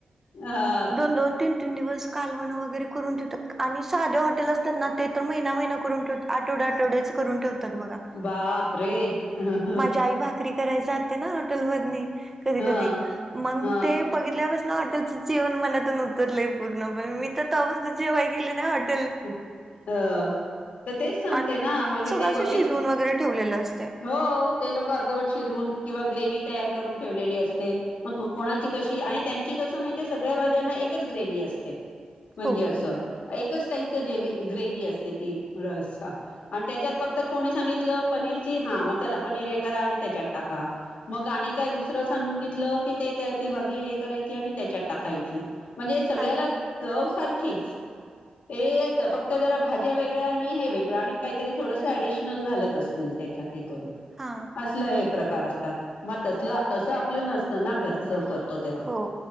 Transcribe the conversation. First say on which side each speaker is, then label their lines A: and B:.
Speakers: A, on the left (about 80°); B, on the right (about 15°).
A: ह
B: दोन दोन तीन तीन दिवस कालवणं वगैरे करून ठेवतात आणि साध्या हॉटेल असतात ना ते तर महिना महिना करून ठेवतात. आठवड आठवडच करून ठेवतात बघा.
A: बाप रे ह
B: माझ्या आई भाकरी जाते ना हॉटेल मंधी. कधी
A: ह
B: कधी. मग
A: ह
B: ते बघितल्या पास हॉटेलचं जेवण मनातून उतरलंय पूर्ण. पण मी तवापासन जेवाय गेली नाही हॉटेल
A: <inaudible> ह, <inaudible> तर तेच सांगते
B: आणि
A: ना, म्हणजे
B: सगळं
A: ते
B: असं
A: बघित
B: शिजवून
A: <inaudible>
B: वगैरे ठेवलेलं असतंय
A: हो ते लोक अर्धवट शिजून किंवा ग्रेव तयार करून ठेवलेली असते, म कोणाची कशी आणि त्यांची कस माहिती सगळ्या भाज्यांना एकच ग्रेवी असते. <inaudible> <inaudible> म्हणजे
B: हो
A: असं, एकच तईत गेवी ग्रेव्ही असते ती, रसा <inaudible> आणि त्याच्यात फक्त कोणी सांगितलं पनीरची हा मग चला पनीर हे करा, आणि त्याच्यात टाका मग आणि काय दुसरं सांगितलं. कि ते ती भाजी हे करायची आणि त्याच्यात टाकायची. <inaudible> म्हणजे सगळ्याला,
B: हा ना
A: <inaudible> जव सारख नक्कीच! हे फक्त जरा भाज्या वेगळ्या आणि हे वेगळं आणि काही जरी, थोडंसं ऍडिशनल घालत असतील त्याच्यात. ते करून
B: हा
A: असलं हे प्रकार असतात. मग तसला- तसं आपलं नसत ना घरचं कर तेव्हा,
B: हो